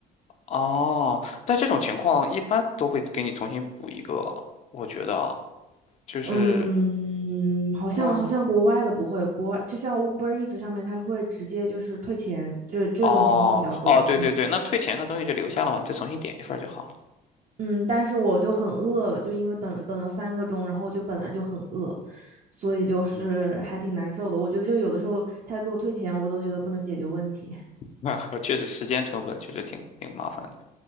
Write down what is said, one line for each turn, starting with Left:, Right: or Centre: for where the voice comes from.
Left: 哦，但这种情况一般都会给你重新补一个，我觉得啊就是
Right: 嗯，好像好像国外的不会，
Left: 嗯
Right: 国外就像 Uber Eats 上面，它会直接就是退钱，就这种情况比较多。
Left: 哦哦对对对，
Right: 嗯
Left: 那退钱的东西就留下了嘛，你再重新点一份儿就好
Right: 嗯，但是我就很饿了，就因为等等了三个钟，然后我就本来就很饿，所以就是还挺难受的。我觉得就有的时候他给我退钱，我都觉得不能解决问题。
Left: 了。<laughs> 确实时间成本确实挺挺麻烦的，